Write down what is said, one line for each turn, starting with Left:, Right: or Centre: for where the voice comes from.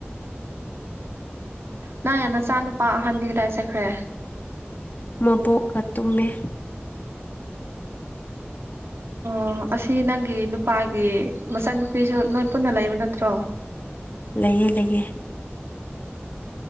Right: ꯅ ꯌꯥꯝ ꯅꯆꯥ ꯅꯨꯨꯄꯥ ꯑꯍꯟꯗꯤ ꯀꯗꯥꯏ ꯆꯠꯈ꯭ꯔꯦ
Left: ꯃꯕꯣꯛꯇꯨꯝꯃꯦ
Right: ꯑꯣ ꯑꯁꯤ ꯅꯪꯒꯤ ꯅꯨꯄꯥꯒꯤ ꯃꯆꯟꯅꯨꯄꯤꯁꯨ ꯅꯣꯏ ꯄꯨꯟꯅ ꯂꯩꯕ ꯅꯠꯇ꯭ꯔꯣ
Left: ꯂꯩꯌꯦꯦ ꯂꯩꯒꯦ